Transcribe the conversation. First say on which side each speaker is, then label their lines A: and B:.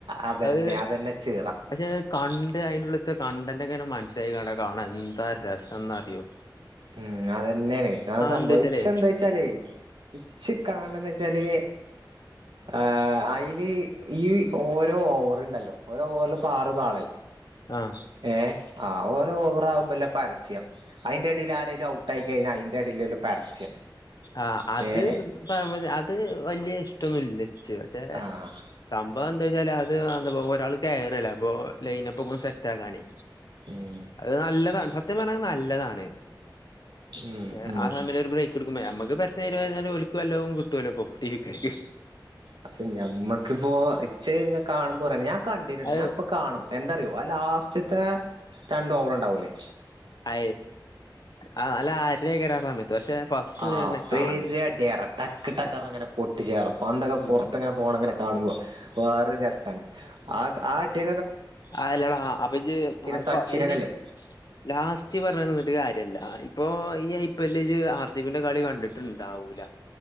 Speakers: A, on the right; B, on the left.
A: അതന്നെ
B: അത്
A: അതന്നെ ഇച്ചീറ
B: പക്ഷെ കണ്ട് അതിനുള്ളിലെത്തെകണ്ടന്റൊക്കെ മനസ്സിലായി കണ്ടാ കാണാൻ എന്താ രസംന്ന്റിയോ
A: ഉം അതന്നെയാണ് സംഭവിച്ചച്ചെന്താച്ചാലേ
B: എന്താച്ചാലേ
A: ഇച്ച് കാണണെന്നുവെച്ചാല് ആ അയ്ല് ഈ ഓരോ ഓവറുണ്ടല്ലോ ഓരോവറിൽ പ്പ ആറ് ബാളല്ലേ
B: ആഹ്
A: ഏ ആ ഒരു ഓവറാകുമ്പോള്ള പരസ്യം അതിന്റെഎടയിൽ ആ ന്തേലും ഔട്ടായികഴിഞ്ഞാ അയിന്റെടീലുള്ള പരസ്യം
B: ആഹ അത്
A: ഏഹ്
B: അത് വലിയ ഇഷ്ടൊന്നില്ല ച്ച് പക്ഷെ
A: ആഹ്
B: സംഭവം എന്താവച്ചാല് അത് എന്താപ്പോ ഒരാള് കേറകല്ലേ അപ്പൊ ലൈനപ്പൊക്കെ ഒന്ന് സെറ്റാകാനേ
A: ഉം
B: അത് നല്ലതാണ് സത്യം പറഞ്ഞാ അത് നല്ലതാണ്
A: ഉം
B: ഹ
A: ഉം
B: ആ സമയ ബ്രയിക്ക് എടു നമ്മുക്ക് പരസ്യം തരുമ്പോ ഒലിക്കുവല്ലോ കിട്ടുവല്ലോ പോ ഫിഫ്റ്റി ഫിഫ്റ്റി
A: അ ഞമ്മക്കിപ്പോ ഇച്ച കാണുമ്പോ പറയ ഞാൻ കണ്ടീട്ട
B: അത്
A: ഞാൻ ഇപ്പൊ കാണും എന്തറിയോ ആ ലാസ്റ്റ് ഉച്ചത്തെ രണ്ട് ഓവർ ഉണ്ടാവല്ലേ
B: അ ആ അല്ല ആരലക്കരാ സമയത്ത് പക്ഷെ ഫസ്റ്റ്
A: ആ
B: മുതലെന്നെ
A: പേര്
B: കാണണം
A: അടിയാറ ടക്ക് ടക്ക ഇങ്ങനെ പൊട്ടി ചേറും അപ്പൊ പണ്ടക്കെ
B: ഉം
A: പുറത്ത്ങ്ങനെ പോണ അങ്ങനെ കാണുമ്പോ വേറെ രസാണ് ആ ആ അടി
B: ആല്ലാട അപ്പൊന് ഇപ്പം
A: സച്ചിനൊക്കെല്ലേ
B: ആയിന് ലാസ്റ്റ് പറഞ്ഞന്നിട്ട് കാര്യല്ല ഇപ്പൊ ഇപ്പല്ല ആർ സി പിന്റെ കളി കണ്ടിട്ടുണ്ടാവൂല